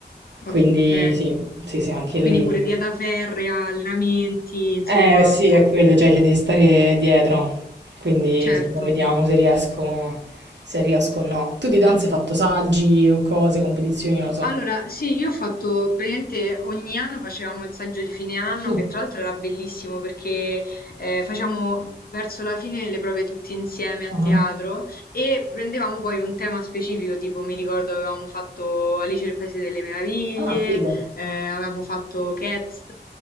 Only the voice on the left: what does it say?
ok.
Quindi pure dieta ferrea, allenamenti, insomma,
un po'.
Certo.
Allora, sì, io ho fatto praticamente ogni anno facevamo il saggio di fine anno,
che tra l'altro era bellissimo perché eh, facevamo verso la fine le prove tutti insieme a
teatro e prendevamo poi un tema specifico, tipo mi ricordo avevamo fatto Alice nel Paese delle Meraviglie,
eh, avevamo fatto Cats,